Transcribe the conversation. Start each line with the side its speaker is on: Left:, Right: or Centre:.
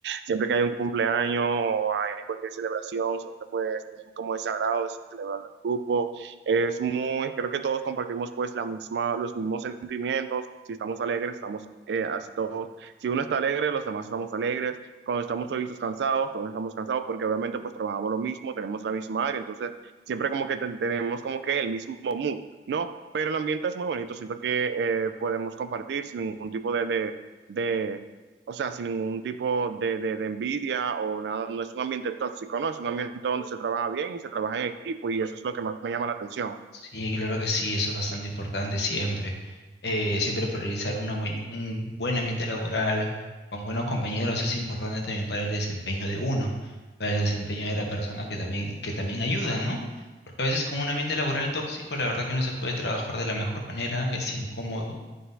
Right: Siempre que hay un cumpleaños o hay cualquier celebración, siempre, pues, tienen como ese agrado de celebrarlo en grupo. Es muy, creo que todos compartimos, pues, la misma, los mismos sentimientos. Si estamos alegres, estamos eh, así todos. Si uno está alegre, los demás estamos alegres cuando estamos solitos cansados, todos estamos cansados, porque obviamente pues trabajamos lo mismo, tenemos la misma área, entonces siempre como que te- tenemos como que el mismo mood, ¿no? Pero el ambiente es muy bonito, siento que eh, podemos compartir sin ningún tipo de, de, de- o sea, sin ningún tipo de, de, de envidia o nada, no es un ambiente tóxico, ¿no? Es un ambiente donde se trabaja bien y se trabaja en equipo y eso es lo que más me llama la atención.
Left: Sí, claro que sí, eso es bastante importante siempre. Eh, siempre priorizar una buen- un buen ambiente laboral con buenos compañeros es importante también para el desempeño de uno, para el desempeño de la persona que también, que también ayuda, ¿no? Porque a veces con un ambiente laboral tóxico, la verdad que no se puede trabajar de la mejor manera, es incómodo.